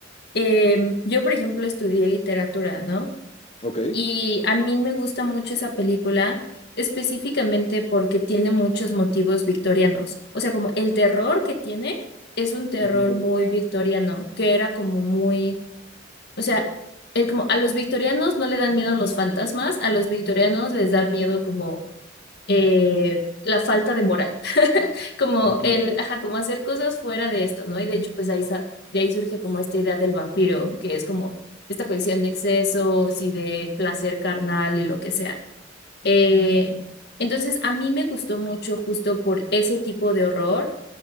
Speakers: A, on the left; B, on the left.
A: Em, yo, por ejemplo, estudié literatura, ¿no?
B: Ok.
A: Y a mí me gusta mucho esa película, específicamente porque tiene muchos motivos victorianos. O sea, como el terror que tiene es un terror
B: Ujú.
A: muy victoriano, que era como muy, o sea, es como a los victorianos no le dan miedo los fantasmas, a los victorianos les da miedo como eh, la falta de moral como
B: Ujú.
A: el, ajá, como hacer cosas fuera de esto, ¿no? Y de hecho, pues ahí, sa- de ahí surge como esta idea del vampiro, que es como esta cuestión de excesos y de placer carnal y lo que sea. Eh, entonces, a mí me gustó mucho justo por ese tipo de horror,